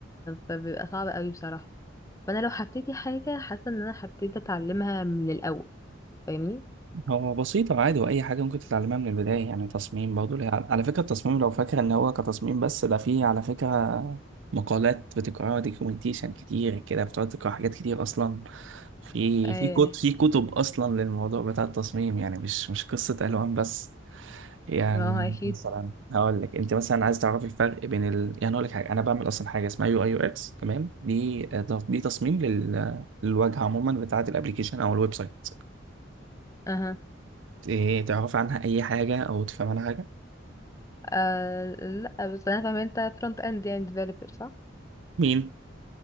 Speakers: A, on the left; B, on the right.
A: فبيبقى صعب قوي بصراحه فانا لو هبتدي حاجه حاسه ان انا هبتدي اتعلمها من الاول فاهمني
B: هو بسيطة عادي وأي حاجة ممكن تتعلمها من البداية يعني تصميم برضه ليه- على فكرة التصميم لو فاكر إن هو كتصميم بس ده فيه على فكرة مقالات بتقراها دوكيومنتيشن كتير كده بتقعد تقرا حاجات كتير أصلا في
A: ايه
B: في كتب في كتب أصلا للموضوع بتاع التصميم يعني مش مش قصة ألوان بس يعني
A: ما هو اكيد
B: مثلا هقول لك أنت مثلا عايز تعرف الفرق بين ال... يعني هقول لك حاجة أنا بعمل أصلا حاجة اسمها يو أي يو إكس تمام دي دي تصميم لل... للواجهة عموما بتاعة الأبليكيشن أو الويب سايت
A: اها
B: إيه تعرف عنها أي حاجة أو تفهم عنها حاجة؟
A: آه لا بس انا فاهمه انت فرونت اند يعني ديفلوبر صح
B: مين؟